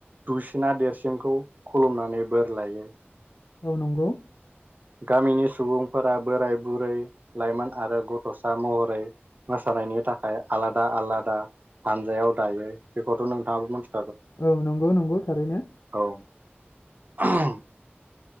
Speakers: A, on the right; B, on the left.
A: दुसिना देरसिनखौ खुलुमनानै बोर लायो
B: औ नंगौ
A: गामिनि सुबुंफोरा बोराय बुरै लाइमोन आरो गथ'सा महरै मोसानायनि थाखाय आलादा आलादा हानजायाव दायो बेखौथ' नोंथाङाबो मिथि
B: औ नंगौ नंगौ थारैनो
A: औ <unintelligible>